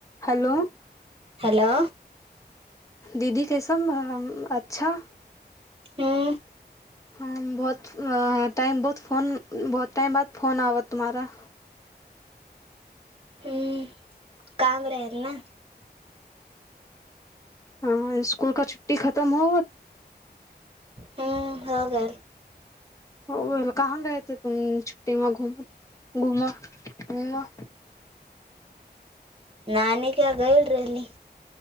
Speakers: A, on the left; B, on the right.
A: हेलो
B: हेलो
A: दीदी कैसन अच्छा
B: हँ
A: हँ बहुत टाइम बहुत फोन बहुत टाइम बाद फोन आवा तुम्हारा
B: हं काम रहे ना
A: हं इसकुल का छुटी खतम होवत
B: हूँ हो गेल
A: ओ कहाँ गए थे तुम छुट्टी में घूम घूम घूम
B: नानी कऽ गैल रहली